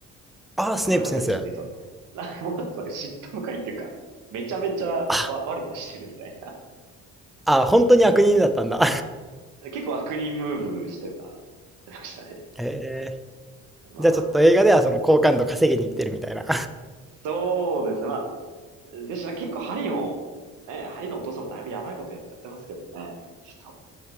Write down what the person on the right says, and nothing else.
オブラートに住んでると、<laughs> なもっとなんか嫉妬深いっていうか、めちゃめちゃわ悪さしてるみたいな。
<laughs> 結構悪人ムーブしてた、ましたね。
まあまあ。
そうですね。まあ、でしたね結構ハリーも、ね、ハリーのお父さんもだいぶやばいことやっちゃってますけどね。ちょっ